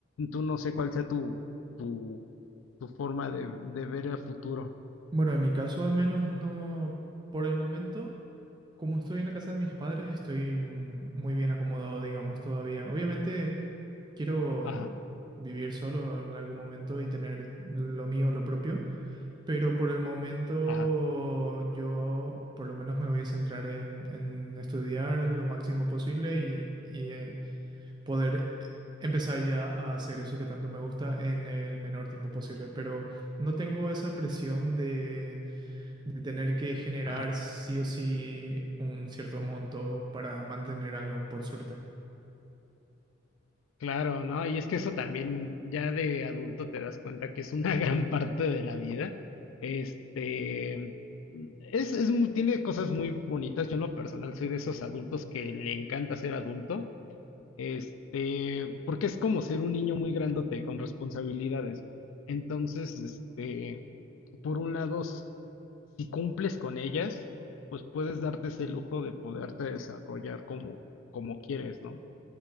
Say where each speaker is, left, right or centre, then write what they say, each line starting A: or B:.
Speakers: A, on the left; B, on the right.
A: Tú no sé cuál sea tu, tu, tu forma de, de ver el futuro.
B: Bueno, en mi caso al menos no por el momento. Como estoy en la casa de mis padres, estoy mm, muy bien acomodado, digamos, todavía. Obviamente... Quiero
A: Ajá,
B: vivir solo en algún momento y tener lo mío, lo propio, pero por el momento
A: ajá,
B: yo por lo menos me voy a centrar en, en estudiar lo máximo posible y, y, eh, poder eh, empezar ya a hacer eso que tanto me gusta en el menor tiempo posible. Pero no tengo esa presión de, de tener que generar
A: ajá.
B: sí o sí un cierto monto para mantener algo, por suerte.
A: Claro, ¿no? Y es que eso también ya de adulto te das cuenta que es una <laughs> gran parte de la vida. Este, es, es, mu- tiene cosas muy bonitas. Yo en lo personal soy de esos adultos que le encanta ser adulto. Este, porque es como ser un niño muy grandote con responsabilidades. Entonces, este, por un lado, s- si cumples con ellas, pues puedes darte ese lujo de poderte desarrollar como, como quieres, ¿no?